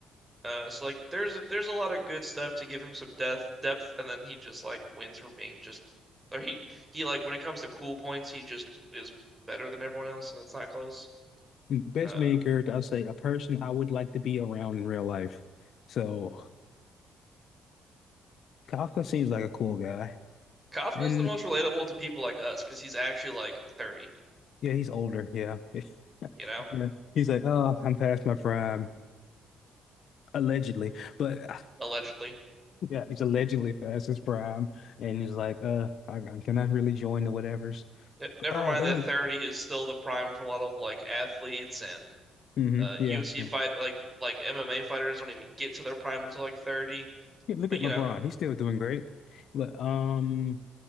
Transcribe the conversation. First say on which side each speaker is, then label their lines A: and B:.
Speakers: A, on the right; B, on the left.
A: Uh, so like there's there's a lot of good stuff to give him some death depth, and then he just like wins for being just or he he like when it comes to cool points, he just is better than everyone else, and it's not close.
B: Best
A: Uh,
B: main character, I'll say a person I would like to be around in real life. So Kafka seems like a cool guy.
A: Kafka
B: And
A: is the most relatable to people like us because he's actually like 30,
B: yeah, he's older. Yeah. <laughs>
A: you know,
B: Yeah. He's like, oh, I'm past my prime, allegedly. But <laughs>
A: allegedly.
B: Yeah, he's allegedly past his prime, and he's like, "Uh, I, I cannot really join the whatevers."
A: Ne- never
B: But, uh,
A: mind
B: it
A: that
B: was,
A: 30 is still the prime for a lot of like athletes and
B: hmm
A: uh,
B: yeah.
A: UFC fighter
B: Yeah,
A: like like MMA fighters don't even get to their prime until like 30.
B: Yeah, Look
A: But
B: at
A: you
B: LeBron;
A: know,
B: he's still doing great. But um,